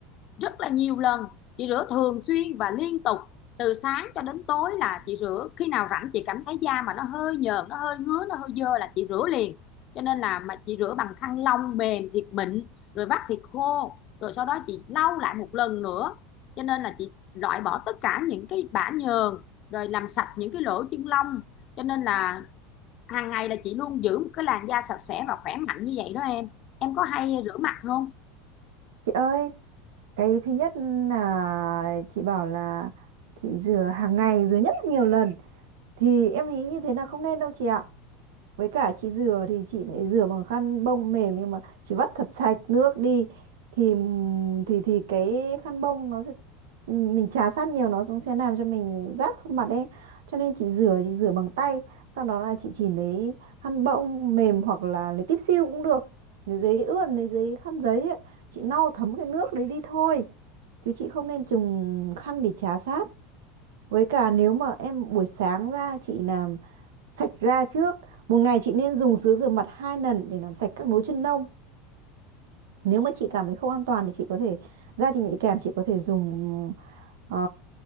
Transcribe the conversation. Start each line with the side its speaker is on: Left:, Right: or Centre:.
Left: rất là nhiều lần chị rửa thường xuyên và liên tục từ sáng cho đến tối là chị rửa khi nào rảnh chị cảm thấy da mà nó hơi nhờn nó hơi ngứa nó hơi dơ là chị rửa liền cho nên là mà chị rửa bằng khăn lông mềm thiệt mịn rồi vắt thiệt khô rồi sau đó chị lau lại một lần nữa cho nên là chị loại bỏ tất cả những cái bã nhờn rồi làm sạch những cái lỗ chân lông cho nên là hàng ngày là chị luôn giữ một cái làn da sạch sẽ và khỏe mạnh như vậy đó em em có hay rửa mặt không
Right: Chị ơi, cái thứ nhất là chị bảo là chị rửa hàng ngày, rửa nhất là nhiều lần. Thì em thấy như thế là không nên đâu chị ạ. với cả chị rửa thì chị lại rửa bằng khăn bông mềm nhưng mà chị vắt thật sạch nước đi thì ừm, thì thì cái khăn bông nó sẽ ừm, mình chà sát nhiều nó cũng sẽ làm cho mình rát khuôn mặt ấy cho nên chị rửa chị rửa bằng tay sau đó là chị chỉ lấy khăn bông mềm hoặc là lấy tiếp siêu cũng được lấy giấy ướt lấy giấy khăn giấy ấy. chị lau thấm cái nước đấy đi thôi chứ chị không nên dùng khăn để chà sát với cả nếu mà em buổi sáng ra chị làm sạch da trước, một ngày chị nên dùng sữa rửa mặt hai lần để làm sạch các nốt chân lông. Nếu mà chị cảm thấy không an toàn thì chị có thể da chị nhạy cảm chị có thể dùng ờ,